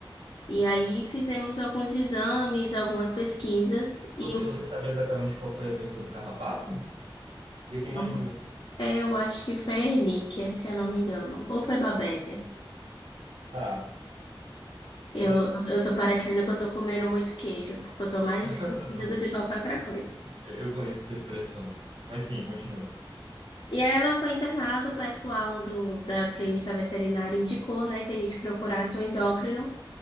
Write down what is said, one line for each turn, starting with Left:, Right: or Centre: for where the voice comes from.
Left: E aí fizemos alguns exames, algumas pesquisas e
Right: Você, você sabe exatamente qual foi a doença do carrapato? Porque tem mais
Left: o
Right: de um.
Left: É, eu acho que foi Relíquia, se eu não me engano. Ou foi Babésia.
Right: Tá.
Left: Eu,
Right: Be-
Left: eu tô parecendo que eu tô comendo muito queijo, porque eu tô mais
Right: <laughs>
Left: esquecida do que qualquer outra coisa.
Right: Eu conheço essa expressão. Mas sim, continue.
Left: E aí ela foi internada, o pessoal do, da clínica veterinária indicou, né, que a gente procurasse um endócrino